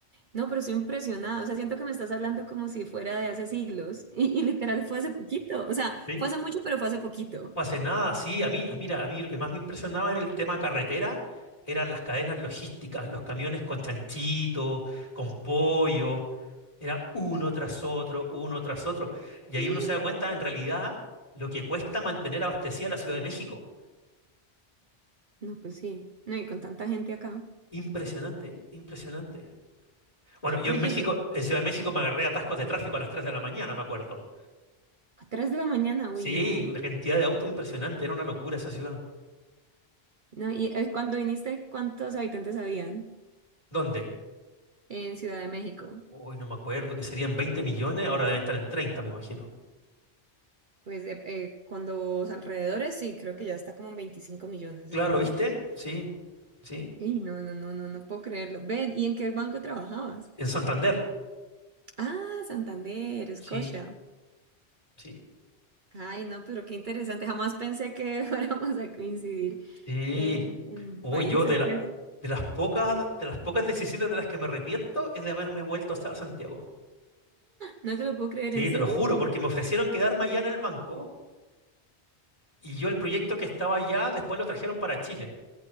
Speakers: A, on the right; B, on the left.
A: No, pero estoy impresionada. O sea, siento que me estás hablando como si fuera de hace siglos. Y, y literal fue hace poquito. O sea,
B: ¿Sí?
A: fue hace mucho, pero fue hace poquito.
B: No hace nada, sí. A mí, a, mira, a mí lo que más me impresionaba en el tema carretera eran las cadenas logísticas, los camiones con chanchitos, con pollo. Era uno tras otro, uno tras otro. Y
A: <laughs>
B: ahí uno se da cuenta, en realidad, lo que cuesta mantener abastecida la Ciudad de México.
A: No, pues sí. No, y con tanta gente acá.
B: Impresionante, impresionante. Bueno, yo
A: Oye,
B: en México,
A: ¿qué-
B: en Ciudad de México me agarré atascos de tráfico a las 3 de la mañana, me acuerdo.
A: a tres de la mañana,
B: Sí,
A: uy, no.
B: una cantidad de autos impresionante, era una locura esa ciudad.
A: No, y eh, cuando viniste, ¿cuántos habitantes habían
B: ¿Dónde?
A: en Ciudad de México?
B: Hoy no me acuerdo, que serían 20 millones, ahora deben estar en treinta, me imagino.
A: Pues de- eh, con los alrededores, sí, creo que ya está como en 25 millones,
B: Claro,
A: algo así.
B: ¿viste? Sí, sí.
A: Y no, no, no, no, no puedo creerlo. Ven, ¿y en qué banco trabajabas?
B: En Santander.
A: Ah, Santander, Escocia.
B: Sí, sí,
A: Ay, no, pero qué interesante. Jamás pensé que <laughs> fuéramos a coincidir
B: sí.
A: eh, en
B: Uy,
A: países,
B: yo de la,
A: pues. <laughs>
B: de las pocas, de las pocas decisiones de las que me arrepiento es de haberme vuelto hasta Santiago.
A: No te lo puedo creer,
B: Sí,
A: ¿en serio?
B: te lo juro, porque me ofrecieron quedarme allá en el banco Y yo el proyecto que estaba allá, después lo trajeron para Chile.